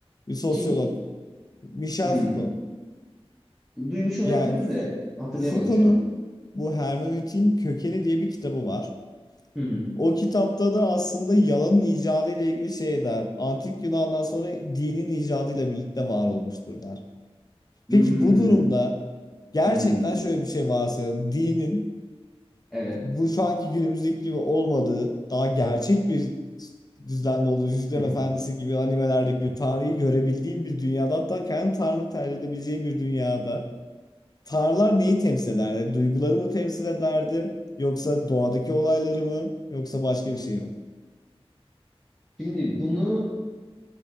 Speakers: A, on the left (about 40°); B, in the centre.
A: Bir sosyolog.
B: Kim?
A: Michel
B: Hmm.
A: Foucault.
B: Duymuş olabilirim
A: Yani F-
B: de hatırlayamadım
A: Foucault'un
B: şu an.
A: bu hermeneutiğin kökeni diye bir kitabı var.
B: Hı hı.
A: O kitapta da aslında yalanın icadı ile ilgili şey der. Antik Yunan'dan sonra dinin icadıyla birlikte var olmuştur der.
B: Hmm.
A: Peki bu durumda gerçekten
B: Hmm.
A: şöyle bir şey varsayalım. Dinin
B: Evet.
A: bu şu anki günümüzdeki gibi olmadığı, daha gerçek bir düzlemde olduğu Yüzüklerin
B: <laughs>
A: Efendisi gibi animelerdeki gibi Tanrı'yı görebildiğim bir dünyada hatta kendi Tanrı'nı tercih edebileceğim bir dünyada Tanrılar neyi temsil ederdi? Duyguları mı temsil ederdi? Yoksa doğadaki olayları mı? Yoksa başka bir şey mi?
B: Şimdi bunu